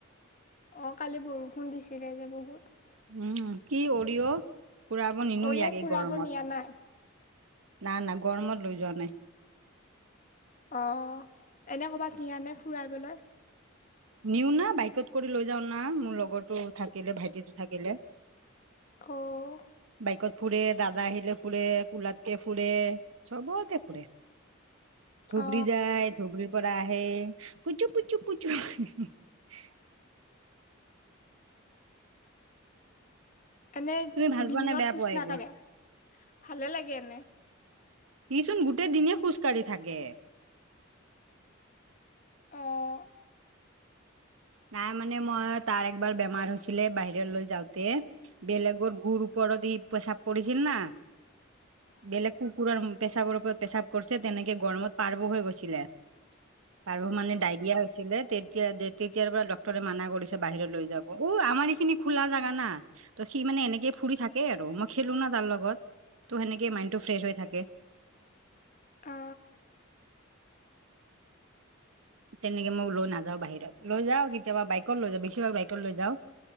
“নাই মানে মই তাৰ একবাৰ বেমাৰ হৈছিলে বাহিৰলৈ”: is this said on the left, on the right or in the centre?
Right